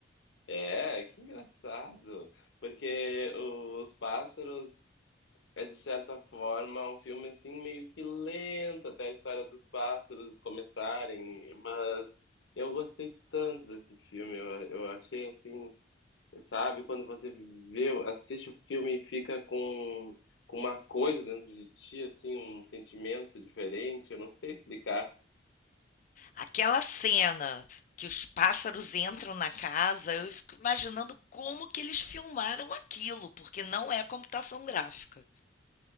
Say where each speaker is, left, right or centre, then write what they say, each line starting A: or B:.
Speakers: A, on the left; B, on the left.
A: É, que engraçado, porque os pássaros é de certa forma um filme assim meio que lento até a história dos pássaros começarem, mas eu gostei tanto desse filme, eu, eu achei assim Sabe? Quando você vê, assiste o filme e fica com, com uma coisa dentro de ti, assim, um sentimento diferente, eu não sei explicar.
B: Aquela cena que os pássaros entram na casa, eu fico imaginando como que eles filmaram aquilo, porque não é computação gráfica.